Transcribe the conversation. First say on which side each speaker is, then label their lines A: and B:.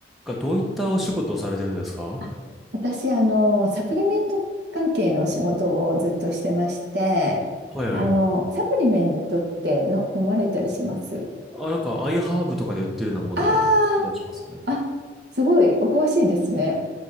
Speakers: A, in the centre; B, on the right.
A: がどういったお仕事をされてるんですか
B: あ私、あの、サプリメント関係の仕事をずっとしてまして、
A: はいはい。
B: あの、サプリメントっての飲まれたりします
A: あ、なんか、アイハーブとかで売ってるようなものは買ったりしますね。
B: ああー、あ、すごい、お詳しいですね。